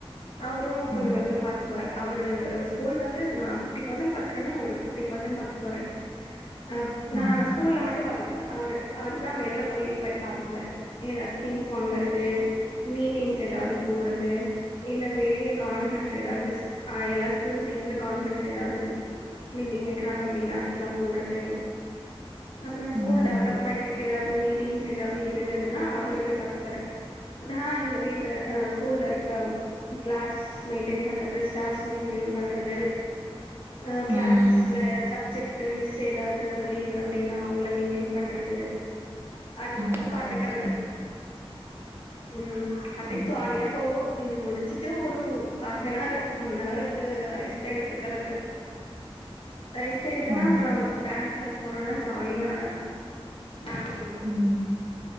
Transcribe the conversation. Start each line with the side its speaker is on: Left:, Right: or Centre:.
Left: அவரும் கொஞ்சம்
Right: ம்.
Left: கொஞ்சம் பாத்து அவரு ஸ்கூல் வந்து நான் பிப்டி பர்சன்ட் பாத்துக்குரேன்னா அவரு பிப்டி பர்சன்ட் பாத்துப்பாரு நான்
Right: ஓ!
Left: நா ஸ்கூல்ல மட்டும் பாத்துக்குவேன் அவரு அவர தான் வெள்ள போய் பாத்துக்குவாரு ஏதாவது திங்ஸ் வாங்கறது மீட்டிங்ஸ் ஏதாவது போறது இல்ல வெளியே கான்பரன்ஸ் ஏதாவது எல்லா ஸ்கூல சேர்ந்து கான்பரன்ஸ் ஏதாவது மீட்டிங் வைக்கிறாங்க அப்படின்னா அதுக்கெல்லாம் போறது அப்புறம்
Right: ம்.
Left: ஸ்கூல் டெவலப்மெண்ட்ட்க்கு ஏதாவது மீட் ஏதாவது இருந்ததுன்னா அவரு போய் பாத்துப்பாரு நான் இங்க வீட்டுல் ஸ்கூல்ல இருக்க கிளாஸ் மெயின்டெய்ன் பண்றது ஸ்டாப்ஸ் மெயின்டெய்ன் பண்றது ஆ க்ளாஸ்ல
Right: ம்.
Left: சப்ஜெக்ட் மிஸ் எதாவது லீவ் அப்டின்னா அவங்கள மெயின்டெயின் பண்றது அது மட்டும்
Right: ஓகே,
Left: பாத்துக்கிறது
Right: ஓகே.
Left: ம் அப்டியே
Right: ஓ!
Left: ஜாலியா போகும் இது முடிச்சுட்டு ஒரு ஹாப்னார் ஒன் ஹவர் வந்து ரெஸ்ட் எடுத்துக்கிறது ரெஸ்ட் எடுத்தேன்னா
Right: ஓ!
Left: அப்புறம் டான்ஸ் கிளாஸ் போனோனா ஜாலியா <unintelligible>
Right: ம்